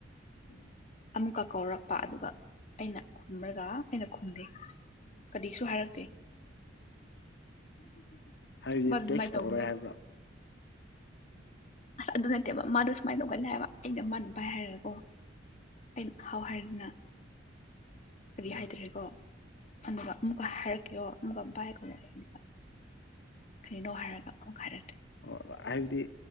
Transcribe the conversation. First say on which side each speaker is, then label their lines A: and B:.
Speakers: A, on the left; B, on the left.
A: ꯎꯝ
B: ꯑꯃꯨꯛꯀ ꯀꯧꯔꯛꯄ ꯑꯗꯨꯒ ꯑꯩꯅ ꯈꯨꯝꯔꯒ ꯑꯩꯅ ꯈꯨꯝꯗꯦ ꯀꯔꯤꯁꯨ ꯍꯥꯏꯔꯛꯇꯦ
A: ꯍꯥꯏꯕꯗꯤ
B: ꯃꯥꯗꯨ ꯑꯗꯨꯃꯥꯏꯅ
A: ꯇꯦꯛꯁ
B: ꯇꯧꯕꯅꯦ
A: ꯇꯧꯔꯣꯏ ꯍꯥꯏꯕ꯭ꯔꯥ
B: ꯑꯁ ꯑꯗꯨ ꯅꯠꯇꯦꯕ ꯃꯥꯗ ꯁꯨꯃꯥꯏꯅ ꯇꯧ ꯍꯧꯒꯠꯂꯦ ꯍꯥꯏꯕ ꯑꯩꯅ ꯃꯟ ꯄꯥꯏ ꯍꯥꯏꯔꯒ ꯑꯣ ꯑꯩꯅ ꯍꯥꯎ ꯍꯥꯏꯔꯗꯅ ꯀꯔꯤ
A: ꯑ
B: ꯍꯥꯏꯗ꯭ꯔꯦꯀꯣ ꯑꯗꯨꯒ ꯑꯃꯨꯛꯀ ꯍꯥꯏꯔꯛꯀꯦꯣ ꯑꯃꯨꯛꯀ ꯕꯥꯏ ꯀꯔꯛꯑꯦ ꯑꯗꯨꯒ ꯀꯔꯤꯅꯣ ꯍꯥꯏꯔꯒ ꯑꯃꯨꯛꯀ ꯍꯥꯏꯔꯛꯀꯦ
A: ꯑꯣ ꯍꯥꯏꯕꯗꯤ